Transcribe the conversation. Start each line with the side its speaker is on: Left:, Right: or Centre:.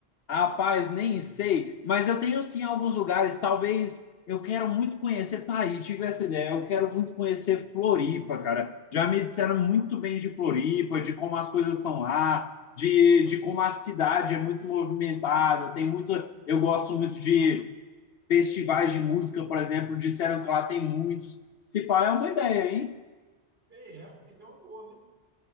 Left: Rapaz, nem sei, mas eu tenho sim alguns lugares, talvez eu quero muito conhecer tá aí, tive essa ideia, eu quero muito conhecer Floripa, cara. Já me disseram muito bem de Floripa, de como as coisas são lá, de, de como a cidade é muito movimentada, tem muito, eu gosto muito de festivais de música, por exemplo, disseram que lá tem muitos. Se pá, é uma ideia, hein?
Right: É, realmente é uma boa, viu?